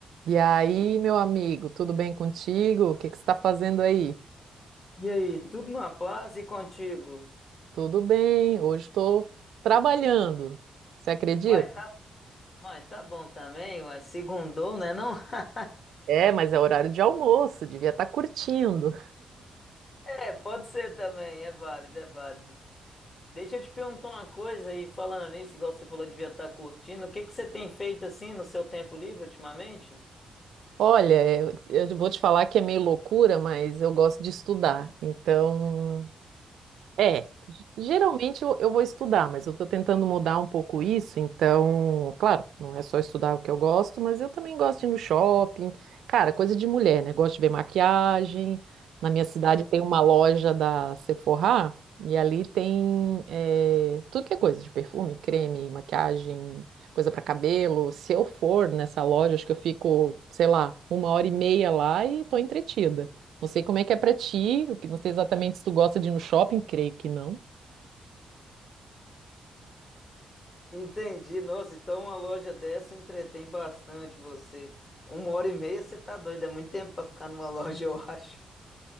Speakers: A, on the right; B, on the left.
A: E aí, meu amigo, tudo bem contigo? O que que você está fazendo aí?
B: E aí, tudo na paz e contigo?
A: Tudo bem, hoje estou trabalhando. Você acredita?
B: Uai, tá, uai, tá bom também, uai, segundou, né não? <laughs>
A: É, mas é horário de almoço, devia estar curtindo.
B: É, pode ser também, é válido, é válido. Deixa eu te perguntar uma coisa aí, falando nisso, igual você falou, devia estar curtindo, o que que você tem feito assim no seu tempo livre ultimamente?
A: Olha, eu eu vou te falar que é meio loucura, mas eu gosto de estudar. Então, É, geralmente eu, eu vou estudar, mas eu estou tentando mudar um pouco isso, então, claro, não é só estudar o que eu gosto, mas eu também gosto de ir no shopping. Cara, coisa de mulher, né? Gosto de ver maquiagem. Na minha cidade tem uma loja da Sephora, e ali tem eh, tudo que é coisa de perfume, creme, maquiagem, coisa para cabelo. Se eu for nessa loja, acho que eu fico, sei lá, uma hora e meia lá e tô entretida. Não sei como é que é pra ti, o que- não sei exatamente se tu gosta de ir no shopping, creio que não.
B: Entendi, nossa, então uma loja dessa entretém bastante você. Uma hora e meia você tá doido, é muito tempo pra ficar numa <laughs> loja, eu acho.